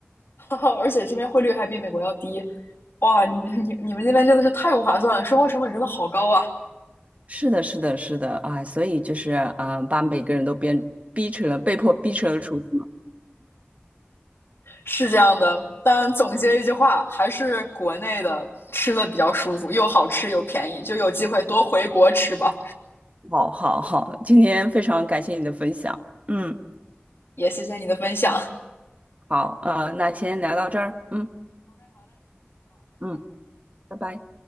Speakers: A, on the left; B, on the right.
A: <laughs> 而且这边汇率还比美国要低。哇，你你你们那边真的是太不划算了，生活成本真的好高啊！
B: 是的，是的，是的，哎，所以就是啊、呃把每个人都变逼成了被迫逼成了厨子嘛。
A: 是这样的，但总结一句话，还是国内的吃的比较舒服，又好吃又便宜，就有机会多回国吃吧。
B: 好好好，今天非常感谢你的分享。嗯，
A: 也谢谢你的分享。
B: 好，呃，那先聊到这儿。嗯嗯，拜拜。